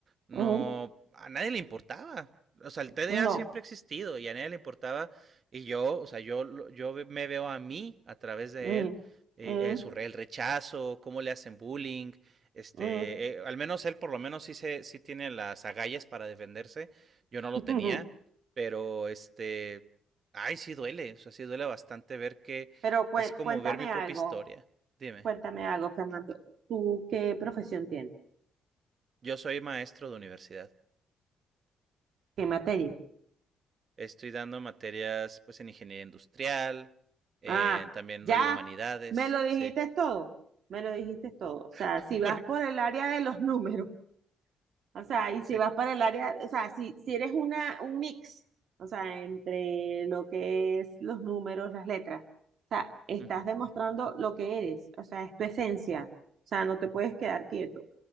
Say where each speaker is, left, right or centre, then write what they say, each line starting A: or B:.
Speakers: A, on the right; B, on the right.
A: No,
B: Ujú.
A: a nadie le importaba. O sea, el TDA
B: No.
A: siempre ha existido y a nadie le importaba. Y yo, o sea, yo, lo- yo ve- me veo a mí a través de
B: Mm,
A: él, eh,
B: mm,
A: eh, su re- el rechazo, cómo le hacen bullying. Este,
B: mm.
A: eh, al menos él por lo menos sí, se, sí tiene las agallas para defenderse. Yo no lo
B: <laughs>
A: tenía, pero este Ay, sí duele, o sea, sí duele bastante ver que
B: Pero cué-
A: es como
B: cuéntame
A: ver mi propia
B: algo,
A: historia. Dime,
B: cuéntame algo, Fernando. ¿Tú qué profesión tienes?
A: yo soy maestro de universidad.
B: ¿Qué materia?
A: Estoy dando materias pues en ingeniería industrial, eh,
B: Ah,
A: también
B: ya,
A: doy humanidades,
B: me lo dijiste
A: sí.
B: todo, me lo dijiste todo. O sea,
A: <laughs>
B: si vas
A: Por-
B: por el área de los números, O sea, y
A: sí.
B: si vas para el área, o sea, si, si eres una, un mix, o sea, entre lo que es los números, las letras, o sea, estás
A: Ujú.
B: demostrando lo que eres, o sea, es tu esencia, o sea, no te puedes quedar quieto.